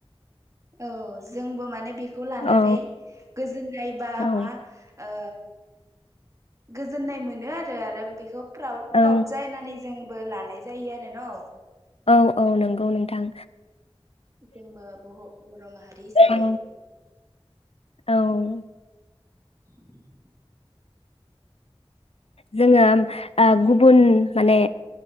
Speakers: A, on the right; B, on the left.
A: औ जोंबो माने बे बेखौ लानानै
B: औ
A: गोजोन फ्राय बा
B: औ
A: मा ओ गोजोननाय मोनो आरो आरो बेखौ प्राइड
B: औ
A: प्राउड जानानै जोङबो लानाय जायो आरो न
B: औ औ नंगौ नोंथां
A: जोंबो बह बर' माहारि हिसाबै
B: औ औ
A: <inaudible>
B: जोङो गुबुन माने